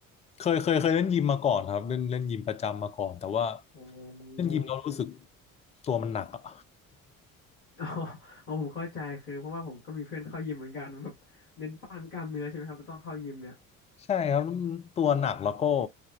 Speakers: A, on the left (about 15°); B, on the left (about 85°).
A: เคยเคยเคยเล่นยิมมาก่อนครับเล่นเล่นยิมประจำมาก่อนแต่ว่า
B: อ๋อ
A: เล่นยิมเรารู้สึกตัวมันหนักอ่ะ
B: อ๋อเอาผมเข้าใจคือเพราะว่าผมก็มีเพื่อนเข้ายิมเหมือนกันมันแบบเน้นปั้นกล้ามเนื้อใช่ไหมครับแต่ต้องเข้ายิมเนี่ย
A: <laughs> ใช่ครับตัวหนักแล้วก็